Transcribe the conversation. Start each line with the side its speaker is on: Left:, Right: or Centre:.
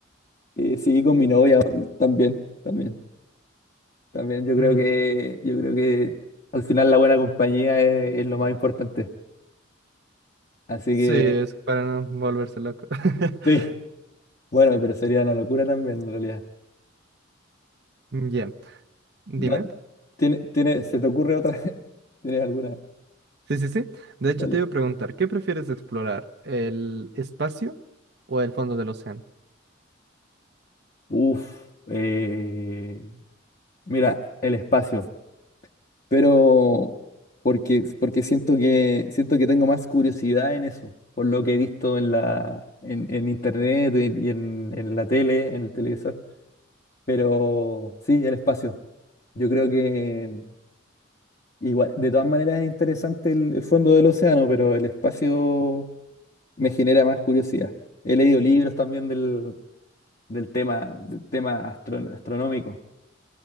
Left: eh, sí, con mi novia también, también, también. Yo creo
Right: Mm,
Left: que, yo creo que al final la buena compañía es, es lo más importante. Así
Right: Sí,
Left: que,
Right: es que para no volverse loco. <laughs>
Left: sí, <laughs> bueno, pero sería una locura también en realidad.
Right: Ya, Dime.
Left: Da- ¿tiene, tiene, ¿se te ocurre otra? <laughs> ¿Tienes alguna?
Right: Sí, sí, sí. De hecho,
Left: Dale.
Right: te iba a preguntar, ¿qué prefieres explorar? ¿El espacio o el fondo del océano?
Left: Uf, eh, mira, el espacio. Pero porque, porque siento que, siento que tengo más curiosidad en eso, por lo que he visto en la, en, en internet y, y en, en la tele, en el televisor. Pero sí, el espacio. Yo creo que igual, de todas maneras es interesante el, el fondo del océano, pero el espacio me genera más curiosidad. He leído libros también del, del tema, del tema astro- astronómico.